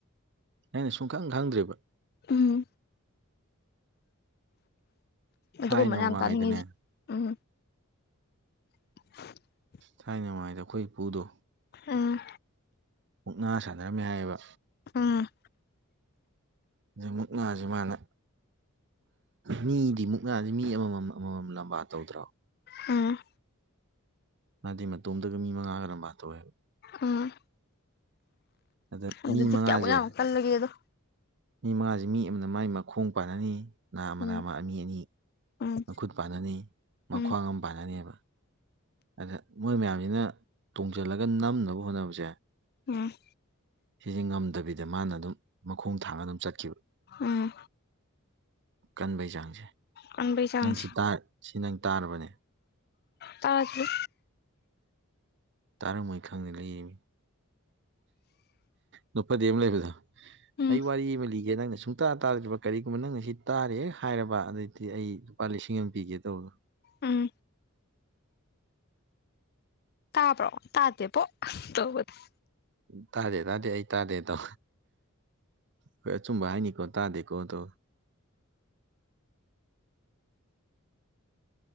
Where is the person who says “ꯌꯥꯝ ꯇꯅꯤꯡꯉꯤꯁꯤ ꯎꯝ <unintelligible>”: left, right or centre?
Left